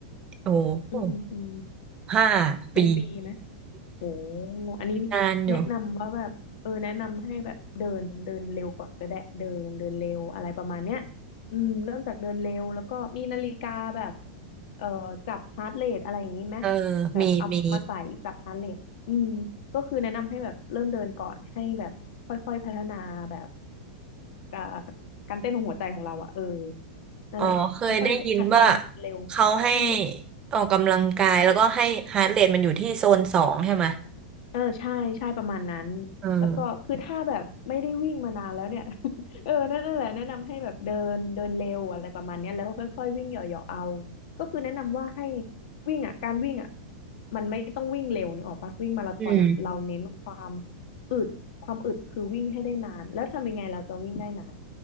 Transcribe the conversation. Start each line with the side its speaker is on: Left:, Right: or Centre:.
Right: โอ้โห
Left: อืมอืม
Right: ห้า
Left: เป็นปีไหม
Right: ปี
Left: โหอันนี้
Right: นานอยู่
Left: แนะนำว่าแบบเออแนะนำให้แบบเดินเดินเร็วก่อนก็ได้เดินเดินเร็วอะไรประมาณเนี้ยอืมเริ่มจากเดินเร็วแล้วก็มีนาฬิกาแบบเอ่อจับฮาร์ทเรทอะไรอย่างนี้ไหม
Right: เออ
Left: แบบเอามาใส่จับฮาร์ทเรทอืมก็คือแนะนำให้แบบเริ่มเดินก่อนให้แบบค่อยๆพัฒนาแบบ
Right: มีมี
Left: การการเต้นของหัวใจของเราอะเออนั่นแหละค่อยๆหัดเดินเร็ว
Right: อ๋อเคยได้ยินว่าเขาให้
Left: อืม
Right: ออกกำลังกายแล้วก็ให้ฮาร์ทเรทมันอยู่ที่โซนสองใช่ไหม
Left: เออใช่ใช่ประมาณนั้น
Right: เออ
Left: แล้วก็คือถ้าแบบไม่ได้วิ่งมานานแล้วเนี่ย <laughs> เออนั่นนั่นแหละแนะนำให้แบบเดินเดินเร็วอะไรประมาณเนี้ยแล้วค่อยๆวิ่งเหยาะๆเอาก็คือแนะนำว่าให้วิ่งอ่ะการวิ่งอ่ะมันไม่ต้องวิ่งเร็วนึกออกปะวิ่งมาราธอนอ่ะเราเน้นความ
Right: อืม
Left: อึดความอึดคือวิ่งให้ได้นานแล้วทำยังไงเราจะวิ่งได้นาน